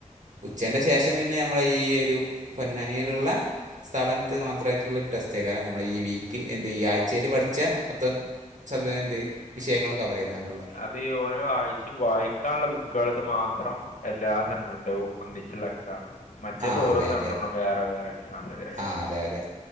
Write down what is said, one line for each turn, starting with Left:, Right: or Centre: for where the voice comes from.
Right: ഉച്ചന്റെ ശേഷം പിന്നെ നമ്മുളെ ഈ ഒരു പൊന്നാനീലുള്ള സെവൻത്ത് മാത്രമായിട്ടുള്ളൊരു ടെസ്റ്റക്ക കാരം നമ്മൾ ഈ വീക്ക് എന്ത് ഈ ആഴ്ചീല് പഠിച്ച മൊത്തം സബ <unintelligible> എന്ത് വിഷയങ്ങളും കവറീതാണ്ട്ള്ള
Left: അപ്പൊ ഈ ഓരോ ആഴ്ചീം വായിക്കാൻള്ള ബുക്കുളത് മാത്രം എല്ലാ സെന്ററിന്റതും ഒന്നിച്ചുള്ള എക്സമ് മറ്റേത്
Right: ആ
Left: ഓരോ
Right: അതെ
Left: സെൻട്രനും
Right: അതെ
Left: വേറെ വേറെ എക്സാമ് ലെ
Right: ആ അതെ അതെ